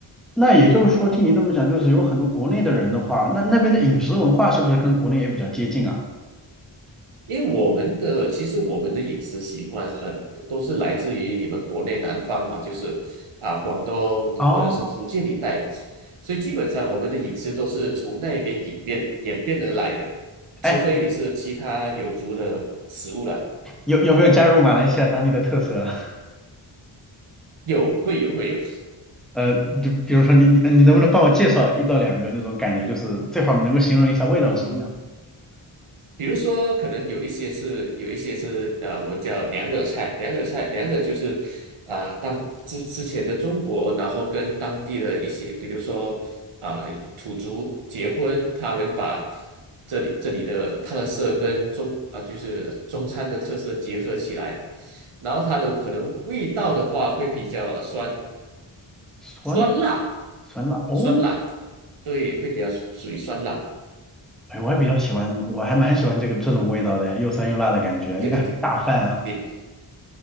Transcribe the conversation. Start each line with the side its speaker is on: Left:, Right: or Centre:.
Centre: 那也就是说，听你这么讲，就是有很多国内的人的话，那那边的饮食文化是不是跟国内也比较接近啊？
Right: 因为我们的其实我们的饮食习惯很都是来自于你们国内南方嘛，就是啊广东或者是福建一带，
Centre: 哦，
Right: 所以基本上我们的饮食都是从那边演变演变而来的，
Centre: 哎，
Right: 除非你是其他有族的食物了，
Centre: 有有没有加入马来西亚当地的特色啊 <laughs>
Right: 有会有会有，
Centre: 呃，就比如说你你你能不能帮我介绍一到两个那种感觉，就是最好能够形容一下味道是什么样？
Right: 嗯，比如说，可能有一些是有一些是呃，我们叫娘惹菜，娘惹菜，娘惹就是啊、当之之前的中国，然后跟当地的一些，比如说啊、土族结婚，他们把这里这里的特色跟中啊、就是中餐的特色结合起来，然后它的可能味道的话会比较酸
Centre: 酸
Right: 酸辣，
Centre: 酸辣哦，
Right: 酸辣，对，会比较属属于酸辣，
Centre: 哎，我还比较喜欢，
Right: 嗯，
Centre: 我还蛮喜欢这个这种味道的，又酸又辣的感觉，
Right: 对对对。
Centre: 应该很下饭啊
Right: 你